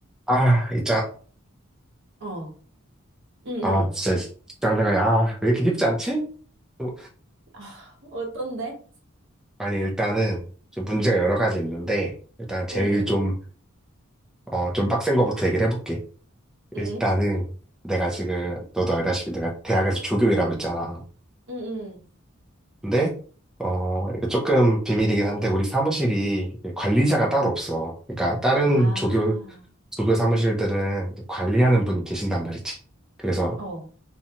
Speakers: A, in the centre; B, on the right.
A: 아, 이 짜,
B: 어, 응응.
A: 아, 진짜 장생활이 아, 왜 이렇게 쉽지 않지? 어,
B: 아, 어떤데?
A: 아니, 일단은 좀 문제가 여러 가지 있는데, 일단 제일
B: 응응,
A: 좀, 어, 좀 빡센 거부터 얘기를 해볼게. 일단은
B: 응응,
A: 내가 지금, 너도 알다시피 내가 대학에서 조교 일하고 있잖아.
B: 응응.
A: 근데, 어, 이거 조금 비밀이긴 한데, 우리 사무실이 관리자가
B: 어,
A: 따로 없어. 그러니까 다른
B: 아,
A: 조교, 조교 사무실들은 관리하는 분이 계신단 말이지. 그래서
B: 어,